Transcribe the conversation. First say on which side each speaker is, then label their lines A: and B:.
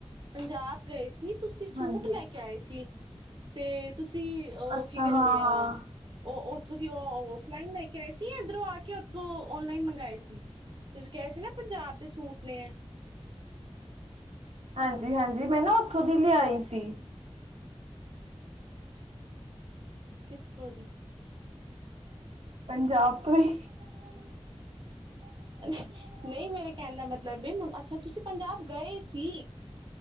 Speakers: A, on the right (about 50°); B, on the right (about 80°).
A: ਪੰਜਾਬ ਗਏ ਸੀ। ਤੁਸੀਂ ਸੂਟ
B: ਹਾਂਜੀ।
A: ਲੈ ਕੇ ਆਏ ਸੀ। ਤੇ ਤੁਸੀਂ ਅ
B: ਅੱਛਾ
A: ਕੀ ਕਹਿੰਦੇ
B: ਹਾਂ
A: ਆ
B: ਹਾਂ
A: ਓ ਉੱਥੋਂ ਦੀ ਔ ਔਫਲਾਈਨ ਲੈ ਕੇ ਆਏ ਸੀ। ਕਿ ਏਧਰੋਂ ਆ ਕੇ ਉੱਥੋਂ ਓਨਲਾਈਨ ਮੰਗਾਏ ਸੀ ਤੁਸੀਂ ਕੇਆ ਸੀ ਨਾ ਪੰਜਾਬ ਦੇ ਸੂਟ ਨੇ
B: ਹਾਂਜੀ-ਹਾਂਜੀ। ਮੈਂ ਨਾ ਉੱਥੋਂ ਦੀ ਲਿਆਈ ਸੀ।
A: ਕਿੱਥੋਂ ਦੀ?
B: ਪੰਜਾਬ ਤੋਂ ਈ
A: <inaudible> ਨ ਨਈਂ ਮੇਰੇ ਕੈਣ ਦਾ ਮਤਲਬ ਏ ਅੱਛਾ ਤੁਸੀਂ ਪੰਜਾਬ ਗਏ ਸੀ?